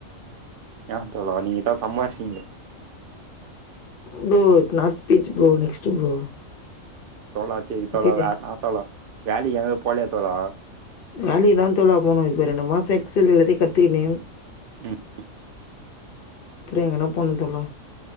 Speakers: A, on the right; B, on the left.
A: யா தோழா நீங்க தா சம்பாரிச்சீங்களே
B: bro it not beach bro next bro
A: தோழா சேரி தோழா
B: ஓகே
A: வேற என்னா தோழா வேலைக்கு எங்கூ போலையா தோழா
B: வேலைக்கு தா தோழா போனு இப்ப ரெண்டு மாசோ எக்ஸ்சல் எல்லாத்தையூ கத்துகுன்னு
A: ம்
B: அப்பறோ எங்கனா போனு தோழா